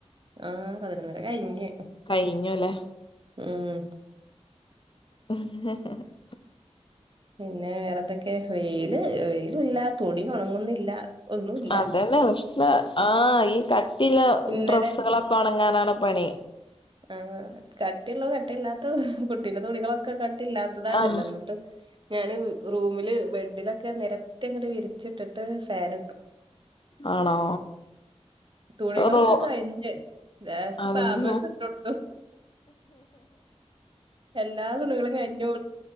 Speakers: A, on the right; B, on the left.
A: ആഹ് പതിനൊന്നര കയിഞ്ഞ്
B: കഴിഞ്ഞുല്ലേ
A: ഉം
B: <inaudible>
A: പിന്നെ വേറെന്തൊക്കെ വെയില് വെയിലും ഇല്ല തുണി ഒണങ്ങുന്നില്ല ഒന്നുല്ല
B: അതന്നെ പ്രഷ്ന ആഹ് ഈ കട്ടില്ലേ
A: ഇന്നലെ
B: ഡ്രെസ്സുകളൊക്കെ ഒണങ്ങാനാണ് പണി
A: ആഹ് കട്ടിയില്ലതും കട്ടില്ലാത്ത കുട്ടീന്റെ തുണികളൊക്കെ കട്ടില്ലാത്തതാണല്ലോന്ന്
B: ആഹ്
A: ഞാന് റൂമില് ബെഡിലൊക്കെ നിരത്തി അങ്ങട് വിരിച്ചിട്ടിട്ട് ഫാൻ ഇട്ടു
B: ആണോ
A: തുണികളൊക്കെ
B: റോ
A: കഴിഞ്ഞ് ലാസ്റ്റ്
B: അതൊന്നും
A: പാമ്പേഴ്സിട്ടോടുത്തു എല്ലാ തുണികളും കഴിഞ്ഞു